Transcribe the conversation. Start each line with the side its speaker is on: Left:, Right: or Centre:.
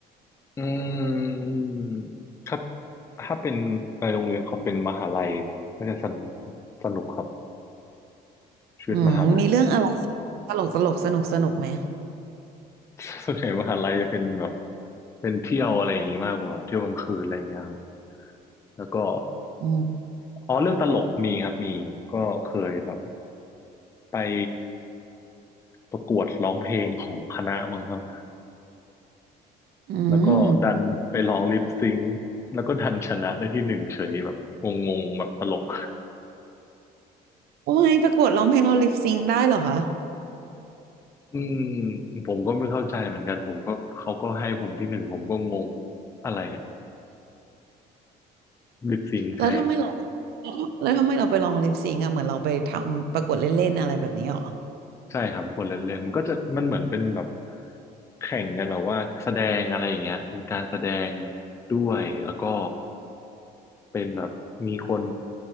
Left: อืมถ้าถ้าเป็นในโรงเรียนเขาเป็นมหาลัยน่าจะสนสนุกครับ ชีวิตมหาลัย
Right: อืมมีเรื่องอะไรตลกตลกสนุกสนุกไหม
Left: <laughs> ส่วนใหญ่มหาลัยจะเป็นแบบเป็นเที่ยวอะไรอย่างงี้มากกว่าเที่ยวกลางคืนอะไรเงี้ยครับแล้วก็
Right: อืม
Left: อ๋อเรื่องตลกมีครับมีก็เคยแบบไปประกวดร้องเพลงของคณะมั้งครับ
Right: อืม
Left: แล้วก็ดันไปร้องลิปซิงค์แล้วก็ดันชนะได้ที่หนึ่งเฉยแบบงงๆแบบตลก
Right: โอ้ยประกวดร้องเพลงเราลิปซิงได้เหรอคะ
Left: อืมผมก็ไม่เข้าใจเหมือนกันผมก็เขาก็ให้ผมที่หนึ่งผมก็งงอะไรอะลิปซิงค์ใช่
Right: แล้วทำไมเราแล้วทำไมเราไปลองลิปซิงก์อะเหมือนเราไปทำประกวดเล่นๆอะไรแบบนี้หรอ
Left: ใช่ครับกดเล่นเล่นมันก็จะมันเหมือนเป็นแบบแข่งกันแบบว่าแสดงอะไรอย่างเงี้ยเป็นการแสดงด้วยแล้วก็เป็นแบบมีคน